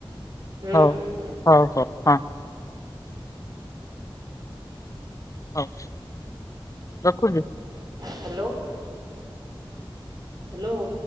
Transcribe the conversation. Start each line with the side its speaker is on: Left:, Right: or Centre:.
Right: ହୁଁ
Left: ହଉ,
Right: ହୁଁ ହୁଁ
Left: ହଉ, ହଉ। ହଁ। ହଉ, ରଖୁଚି।
Right: ହ୍ୟାଲୋ! ହ୍ୟାଲୋ।